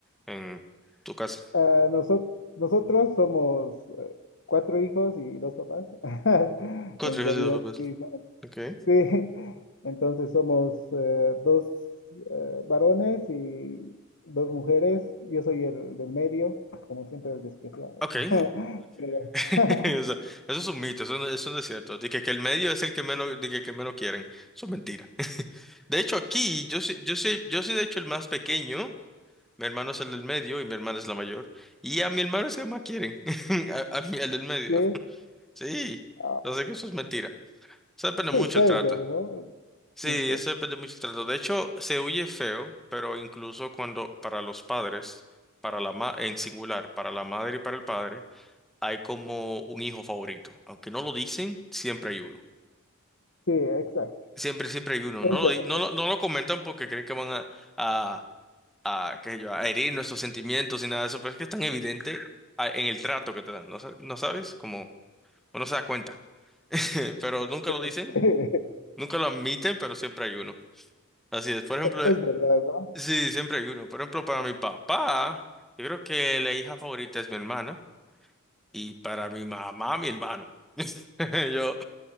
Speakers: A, in the centre; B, on the left (about 55°).
A: en tu casa?
B: Ah, noso- nosotros somos eh, cuatro hijos y dos papás. <laughs>
A: Cuatro
B: En
A: hijos
B: realidad,
A: y dos papás.
B: sí, <laughs>
A: Okay.
B: Sí, entonces somos eh, dos eh, varones y dos mujeres. Yo soy el del medio, como siempre el despreciado.
A: Okay.
B: <laughs>
A: Okay.
B: Pero-
A: <laughs>
B: <laughs>
A: O sea, eso es un mito, eso no, eso no es cierto. Dije que, que el medio es el que menos, dije que que menos quieren. Eso es mentira. <laughs> De hecho, aquí yo soy, yo soy, yo soy de hecho el más pequeño. Mi hermano es el del medio y mi hermana es la mayor. Y a mi hermano es que más quieren. <laughs> A, a mí, el del medio.
B: Sí,
A: Sí,
B: ah,
A: lo sé que eso es mentira. Eso depende
B: sí,
A: mucho
B: puede
A: el trato.
B: ser, ¿no?
A: Sí,
B: Mito.
A: eso depende mucho el trato. De hecho, se huye feo, pero incluso cuando para los padres, para la ma en singular, para la madre y para el padre, hay como un hijo favorito. Aunque no lo dicen, siempre hay uno.
B: Sí, exacto.
A: Siempre, siempre hay uno.
B: Es
A: No lo,
B: verdad.
A: di- no, lo no lo comentan porque creen que van a, a, qué sé yo, a herir nuestros sentimientos y nada de eso, pero es que es tan evidente a- en el trato que te dan, ¿no, sa- no sabes? Como uno se da cuenta, <laughs> pero nunca lo dicen,
B: <laughs>
A: nunca lo admiten, pero siempre hay uno. Así es, por ejemplo,
B: Es
A: eh,
B: verdad, ¿no?
A: sí, siempre hay uno. Por ejemplo, para mi papá, yo creo que la hija favorita es mi hermana y para mi mamá, mi hermano. <laughs> Yo,